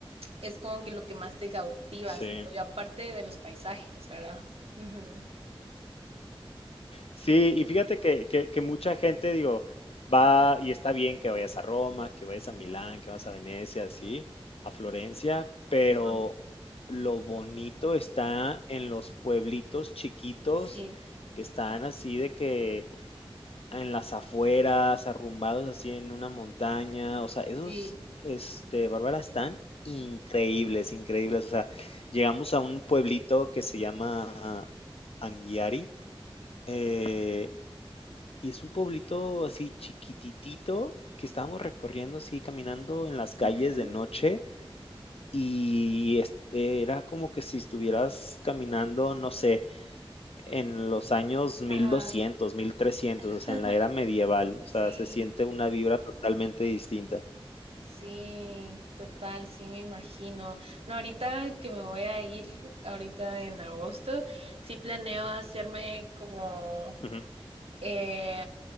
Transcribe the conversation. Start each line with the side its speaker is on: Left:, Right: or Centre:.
Right: es como que lo que más te cautiva,
Left: sí.
Right: siento yo, aparte de los paisajes, ¿verdad? Ujú.
Left: Sí, y fíjate que que que mucha gente, digo, va y está bien que vayas a Roma, que vayas a Milán, que vas a Venecia, sí, a Florencia, pero
Right: Ujú.
Left: lo bonito está en los pueblitos chiquitos
Right: Sí,
Left: que están así de que En las afueras, arrumbados así en una montaña, o sea, esos,
Right: sí.
Left: este, Bárbara, están increíbles, increíbles. O sea, llegamos a un pueblito que se llama Anguiari, eh, y es un pueblito así chiquititito que estábamos recorriendo así, caminando en las calles
Right: Ujú.
Left: de noche, y este, era como que si estuvieras caminando, no sé, en los años mil
Right: Ajá.
Left: doscientos mil trescientos
Right: <laughs>
Left: o sea, en la era medieval, o sea, se
Right: Sí,
Left: siente una vibra totalmente distinta.
Right: sí, total, sí me imagino. No, ahorita que me voy a ir, ahorita en agosto, sí planeo hacerme como,
Left: Ujú.
Right: eh,